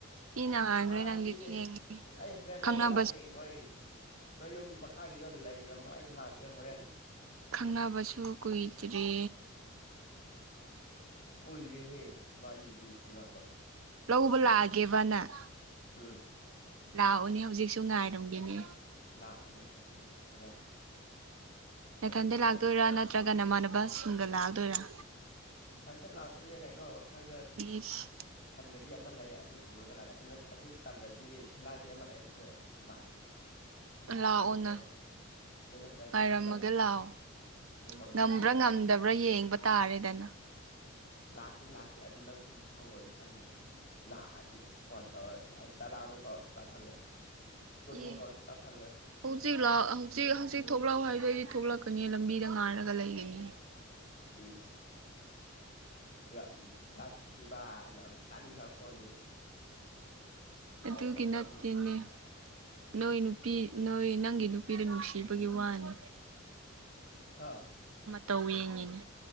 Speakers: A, on the right (about 75°); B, on the left (about 30°).
A: ꯃꯤꯅ ꯍꯥꯟꯈ꯭ꯔꯦ
B: ꯍꯥꯟꯥꯟꯗꯤꯅꯦ
A: ꯅꯪꯗꯤ ꯊꯦꯡꯉꯦ
B: ꯑꯩ ꯍꯣꯔꯦꯟ ꯂꯧꯕ
A: ꯈꯪꯅꯕ
B: ꯂꯥꯛꯀꯦ ꯅꯣꯏ ꯅꯣꯏ ꯌꯨꯝꯒꯤ ꯃꯈꯥꯒꯤꯗꯣ ꯂꯩꯔꯝꯃꯣ ꯑꯩ ꯂꯥꯛꯀꯦ ꯍꯣꯔꯦꯟ
A: ꯈꯪꯅꯕꯁꯨ ꯀꯨꯏꯗ꯭ꯔꯔꯤ
B: ꯀꯣꯏꯔꯦꯍꯦ ꯋꯥꯕꯥꯅꯤꯗꯤ ꯈꯅꯥꯄ
A: ꯂꯧꯕ
B: ꯏ
A: ꯂꯥꯛꯑꯒꯦꯕ ꯅꯪ
B: ꯎꯝ
A: ꯂꯥꯛꯑꯣꯅꯦ ꯍꯧꯖꯤꯛꯁꯨ ꯉꯥꯏꯔꯝꯒꯦꯅꯤ
B: ꯂꯥꯛꯑꯒꯦ ꯉꯁꯤ ꯍꯣꯔꯦꯟ ꯑꯩꯈꯣꯏ
A: ꯅꯊꯟꯗ
B: ꯑꯩꯈꯣꯏ
A: ꯂꯥꯛꯇꯣꯏꯔꯥ
B: ꯌꯨꯝꯗ
A: ꯅꯠꯇ꯭ꯔꯒ ꯅꯃꯥꯟꯅꯕ ꯁꯁꯤꯡꯗ ꯂꯥꯛꯑꯗꯣꯏꯔꯥ
B: ꯏꯟꯇ ꯂꯥꯛꯇꯣꯏꯅꯦ ꯀꯩꯅꯣ ꯑꯩꯈꯣꯏꯗ
A: ꯏꯁ
B: ꯁꯟꯒꯥꯔꯤ ꯑꯃ ꯂꯩ ꯑꯗꯨ ꯄꯨꯔꯒ ꯂꯥꯛꯑꯦ ꯑꯗꯨꯅ ꯑꯗꯨ ꯇꯜꯂꯗꯤ ꯊꯦꯂꯥꯗꯤ ꯑꯃ ꯂꯩꯦ ꯑꯗꯨꯗ ꯂꯥꯛꯀꯦ
A: ꯂꯥꯛꯑꯣꯅ
B: ꯑꯗꯨ ꯅꯠꯇ꯭ꯔꯥꯒꯥꯟ ꯑꯗꯨ ꯅꯠꯇ꯭ꯔꯥꯒꯥꯟ
A: ꯉꯥꯏꯔꯝꯃꯒ
B: ꯑꯗꯨ ꯇꯥꯔꯦꯗꯤꯁꯨ
A: ꯂꯥꯛꯑꯣ
B: ꯀꯕꯨꯇꯔ
A: ꯉꯝꯕ꯭ꯔꯥ
B: ꯂꯌꯦ
A: ꯉꯝꯗꯕ꯭ꯔꯥ
B: ꯀꯕꯨ ꯇ
A: ꯌꯦꯡꯕ ꯇꯥꯔꯦꯗꯅ
B: ꯂꯥꯛꯀꯦ ꯂꯥꯛꯀꯦ ꯑꯗꯨ ꯅꯪ ꯊꯣꯛꯇꯤ ꯊꯣꯛꯂꯑꯣꯅ ꯈꯪꯉꯦ ꯂꯥꯛꯑꯗꯤ ꯑꯁ ꯐꯣꯟ ꯇꯧꯔꯁꯨ ꯑꯁ ꯇꯔꯥꯃꯨꯛ ꯇꯧꯔꯁꯨꯕ꯭ꯔꯥ ꯈꯜꯂꯣ ꯀꯟꯃꯣ
A: ꯑꯦ
B: ꯇꯧꯔꯄꯥ ꯈꯜꯂ
A: ꯍꯧꯖꯤꯛ ꯂꯥꯎ ꯍꯧꯖꯤꯛ ꯍꯧꯖꯤꯛ ꯊꯣꯛꯂꯛꯑꯣ ꯍꯥꯏꯗꯣ ꯑꯩꯗꯤ ꯊꯣꯛꯂꯛꯀꯅꯤ ꯂꯝꯕꯤꯗ ꯉꯥꯏꯔꯒ ꯂꯩꯒꯅꯤ
B: ꯏ ꯞ ꯊꯤꯚ ꯌꯥꯝ ꯀꯥꯅꯤꯡꯈ꯭ꯔ ꯄꯣꯠꯅꯤ ꯇꯧꯈ꯭ꯔ
A: ꯑꯗꯨꯒꯤꯅꯠꯇꯅꯤ
B: ꯄꯣꯠꯅꯤ
A: ꯅꯣꯏ ꯅꯨꯄꯤ ꯅꯣꯏ ꯅꯪꯒꯤ ꯅꯨꯄꯤꯗ ꯅꯨꯡꯁꯤꯕꯒꯤ ꯋꯥꯅꯤ
B: ꯍꯥ
A: ꯇꯧꯋꯡꯉꯤꯅꯦ